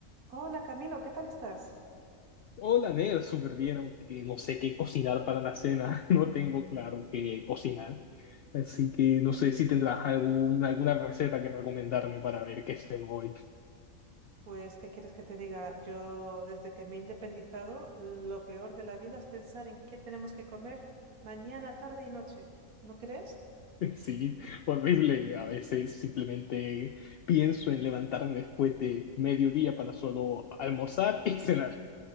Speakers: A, on the right; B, on the left.
A: Hola Camilo, ¿qué tal estás?
B: Hola, Nel, súper bien, aunque no sé qué cocinar para la cena, <laughs> no tengo claro qué cocinar. Así que no sé si tendrás algún, alguna receta que recomendarme para ver qué ceno hoy. <laughs>
A: Pues, ¿qué quieres que te diga? Yo, desde que me he independizado, lo peor de la vida es pensar en qué tenemos que comer mañana, tarde y noche. ¿No crees?
B: Sí, horrible. A veces simplemente pienso en levantarme después de mediodía para solo almorzar y <laughs> cenar.